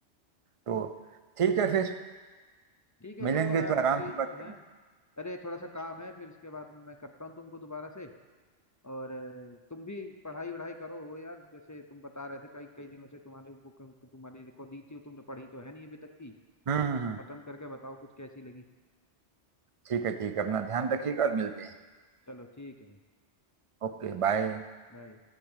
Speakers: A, on the right (about 40°); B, on the left (about 20°).
A: तो ठीक
B: हम्म
A: है फिर
B: ठीक है
A: मिलेंगे
B: चलो अ,
A: तो आराम
B: अभी
A: से बात करेंगे
B: है अरे थोड़ा सा काम है फिर इसके बाद में मैं करता हूँ तुमको दोबारा से और अ, तुम भी पढ़ाई वढ़ाई करो हो यार जैसे तुम बता रहे थे कई कई दिनों से तुम्हारे बुक तुम्हारी को दी थी वो तुमने पढ़ी तो है नहीं अभी तक की
A: हम्म हम्म हम्म।
B: खत्म करके बताओ कुछ कैसी लगी
A: ठीक है ठीक है अपना ध्यान रखिएगा और मिलते हैं
B: चलो ठीक है भाई
A: Okay bye
B: बाय